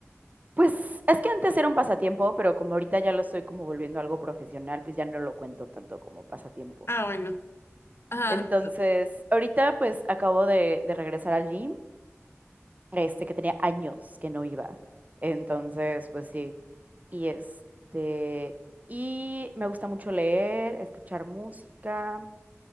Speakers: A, on the right (about 35°); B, on the left (about 55°).
A: Pues, es que antes era un pasatiempo, pero como ahorita ya lo estoy como volviendo algo profesional, pues ya no lo cuento tanto como pasatiempo.
B: Ah, bueno. Ajá.
A: Entonces, ahorita pues acabo de, de regresar al gym, este, que tenía años que no iba. Entonces, pues sí. Y este, y me gusta mucho leer, escuchar música,